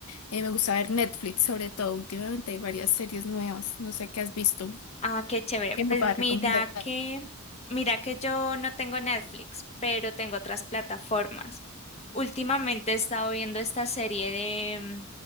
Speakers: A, on the left (about 85°); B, on the left (about 30°).
A: Eh, me gusta ver Netflix sobre todo, últimamente hay varias series nuevas, no sé qué has visto,
B: Ah, qué chévere.
A: ¿qué
B: Pues
A: me a recomendar?
B: mira que, mira que yo no tengo Netflix, pero tengo otras plataformas. Últimamente he estado viendo esta serie de mm,